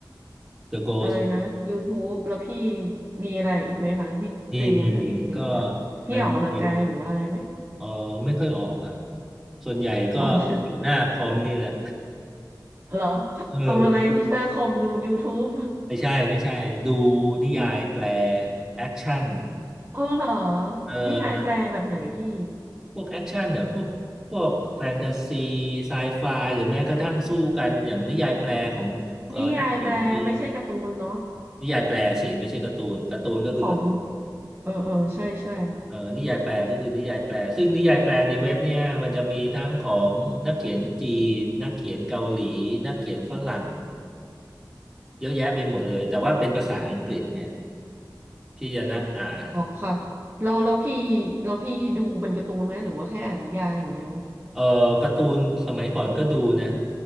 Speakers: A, in the centre; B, on the right.
A: The Ghost
B: อะไรนะ YouTube แล้วพี่มีอะไรอีกไหมคะที่เป็นงานอดิเรกอะพี่ออกกำลังกายหรือว่าอะไรไหม
A: มีมีมีก็งานเองเออไม่ค่อยออกอ่ะ ส่วนใหญ่ก็จะอยู่หน้าคอมนี่แหละ
B: อ๋อเหรอเหรอ
A: <laughs> เออ
B: ทำอะไรหน้าคอมดูยูทูบ
A: ไม่ใช่ไม่ใช่ ดูนิยายแปลแอคชั่น
B: อ๋อเหรอ
A: เอ่อ
B: นิยายแปลแบบไหนพี่
A: พวกแอคชั่นเนี่ยพวกพวกแฟนตาซีไซไฟหรือแม้กระทั่งสู้กันอย่างนิยายแปลของเอ่อนักเขียนจีน
B: นิยายแปลไม่ใช่การ์ตูนเนาะ
A: นิยายแปลสิ ไม่ใช่การ์ตูนการ์ตูนก็คือ
B: ของเออเออใช่ใช่
A: เอ่อนิยายแปลก็คือนิยายแปลซึ่งนิยายแปลในเว็บเนี่ยมันจะมีทั้งของนักเขียนจีนนักเขียนเกาหลีนักเขียนฝรั่งเยอะแยะไปหมดเลยแต่ว่าเป็นภาษาอังกฤษเนี่ยที่จะนั่งอ่าน
B: อ๋อค่ะเราเราพี่เราพี่ดูเป็นการ์ตูนไหมหรือว่าแค่อ่านนิยายอย่างเดียว
A: เออการ์ตูนสมัยก่อนก็ดูนะ